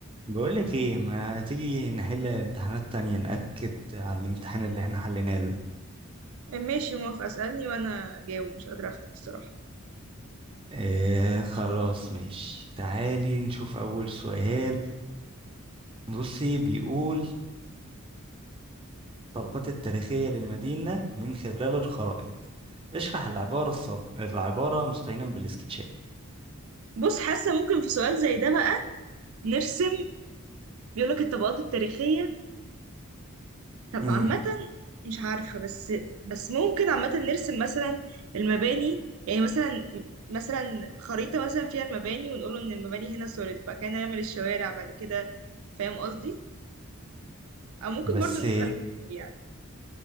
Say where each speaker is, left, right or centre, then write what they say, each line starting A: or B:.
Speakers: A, on the right (about 25°); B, on the right (about 75°).
A: بقولك ايه ما تيجي نحل امتحانات تانية نأكد على الامتحان اللي احنا حليناه ده
B: ماشي موافقة اسألني وانا جاوب مش قادرة افتح الصراحة
A: اه خلاص ماشي تعالي نشوف أول سؤال بصي بيقول طبقات التاريخية للمدينة من خلال الخرائط اشرح العبارة الصب... العبارة مستعينا بالسكتشات
B: بص حاسة ممكن في سؤال زي ده بقى نرسم بيقولك الطبقات التاريخية طب
A: مم.
B: عامة مش عارفة بس بس ممكن عامة نرسم مثلا المباني يعني مثلا مثلا خريطة مثلا فيها المباني ونقول ان المباني هنا سوليد بعد كده نعمل الشوارع بعد كده فاهم قصدي او ممكن
A: بس
B: برضو نسأل جوجل يعني